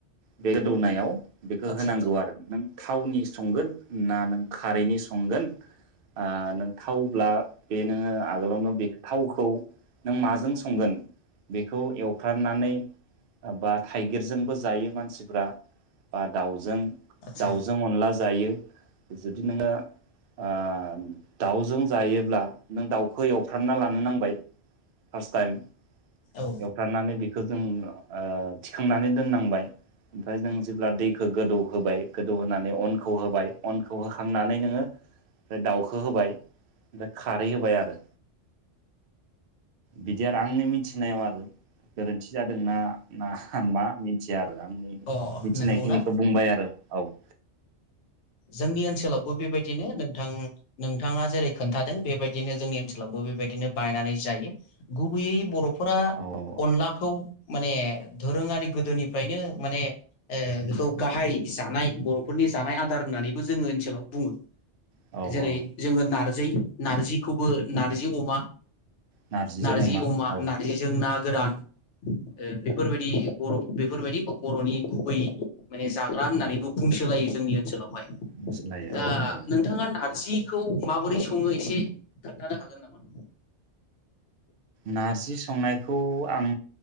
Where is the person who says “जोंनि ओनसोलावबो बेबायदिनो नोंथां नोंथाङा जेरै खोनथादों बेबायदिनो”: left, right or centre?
Left